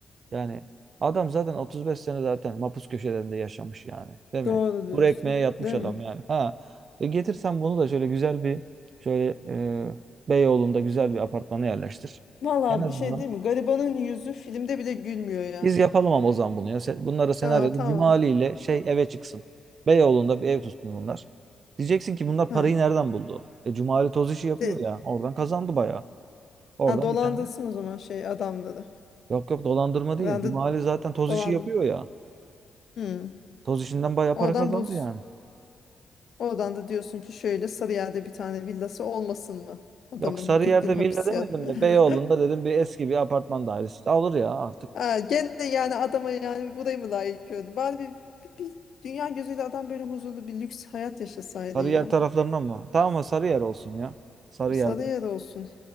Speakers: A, on the right; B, on the left.
A: Yani adam zaten 35 sene zaten mapus köşelerinde yaşamış yani. Değil mi?
B: Doğru diyorsun.
A: Kuru ekmeğe yatmış
B: Değil
A: adam
B: mi?
A: yani. Ha. E getirsen bunu da şöyle güzel bir şöyle e, Beyoğlu'nda güzel bir apartmana yerleştir.
B: Vallahi
A: En azından
B: bir şey değil mi? Garibanın yüzü filmde bile gülmüyor yani.
A: biz yapalım ama o zaman bunu ya. Se- Bunlara senaryoda
B: Aa, tamam.
A: Cumali ile şey eve çıksın. Beyoğlu'nda bir ev tutsun bunlar. Diyeceksin ki bunlar
B: Ha.
A: parayı nereden buldu? E Cumali toz işi yapıyor
B: De,
A: ya. Oradan kazandı bayağı. Oradan
B: ha, dolandılsın
A: bir tane.
B: o zaman şey adamları.
A: Yok yok dolandırma değil.
B: Herhalde
A: Cumali zaten toz
B: dolandın.
A: işi yapıyor ya.
B: Hmm.
A: Toz işinden bayağı
B: Oradan
A: para kazandı
B: buz.
A: yani.
B: Oradan da diyorsun ki şöyle Sarıyer'de bir tane villası olmasın mı? Adamın
A: Yok Sarıyer'de
B: 40 yıl hapis
A: villa demedim
B: yatmıyor.
A: de Beyoğlu'nda
B: <laughs>
A: dedim bir eski bir apartman dairesi. Alır ya artık.
B: Ha, gene yani adama yani burayı mı layık gördün? Bari bir, bir, bir dünya gözüyle adam böyle huzurlu bir lüks hayat yaşasaydı
A: Sarıyer
B: ya.
A: taraflarına mı? Tamam mı Sarıyer olsun ya. Sarıyer'de.
B: Sarıyer olsun.